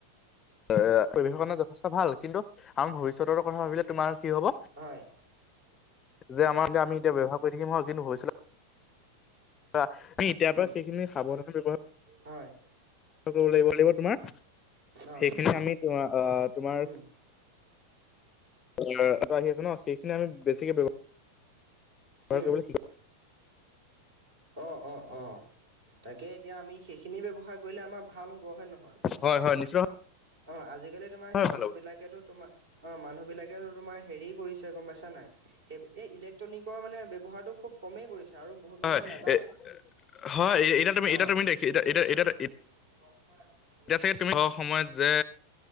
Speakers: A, on the left; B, on the right.
A: এ পৰিৱেশ কৰণে যথেষ্ট ভাল, কিন্তু আমাৰ ভৱিষ্যতৰ কথা ভাবিলে তোমাৰ কি হব?
B: হয়,
A: যে আমাৰ যে আমি এতিয়া ব্যৱহাৰ
B: উম,
A: কৰি থাকিম হয়, কিন্তু ভৱিষ্যতে পৰা এতিয়াৰ
B: উম,
A: পৰা সেইখিনি সাৱধানে ব্যৱহাৰ
B: হয়
A: কৰিব লাগিব লাগিব তোমাৰ,
B: অ',
A: সেইখিনি আমি তোমাৰ আঁ তোমাৰ
B: উম,
A: এ আহি আছে ন, সেইখিনি আমি বেছিকে ব্যৱহাৰ‌‍
B: উম,
A: কৰিব
B: অঁ অঁ অঁ তাকে এতিয়া আমি সেইখিনি ব্যৱহাৰ কৰিলে আমাৰ ভাল হব হয় নহয়
A: হয় হয় নিশ্চয়
B: অঁ, আজি কালি তোমাৰ
A: হয়
B: সেই
A: ভাল
B: মানুহ
A: হ'ব
B: বিলাকে তো তোমাৰ অঁ মানুহ বিলাকে তোমাৰ হেৰি কৰিছে গম পাইছা নে নাই? হে এই ইলেক্ট্ৰনিকৰ মানে ব্যৱহাৰটো খুব কমেই কৰিছে আৰু বহুত মানুহে
A: হয়
B: না
A: এ হয় এতিয়া তুমি এতিয়া
B: অ',
A: তুমি দেখ এতি এতিয়া,
B: <unintelligible>
A: এতিয়া চাগে তুমি স সময়ত যে